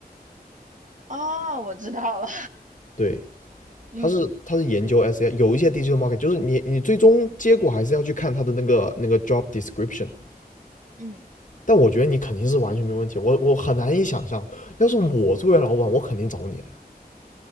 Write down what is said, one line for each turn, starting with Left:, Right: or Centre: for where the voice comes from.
Right: 哦，我知道了。
Left: 对，
Right: <laughs> 嗯
Left: 它是它是研究 SEO。有一些 digital marketing 就是你你最终结果还是要去看它的那个那个 job description。
Right: 嗯，
Left: 但我觉得你肯定是完全没问题，我我很难以想象，要是我作为老板，我肯定找你了。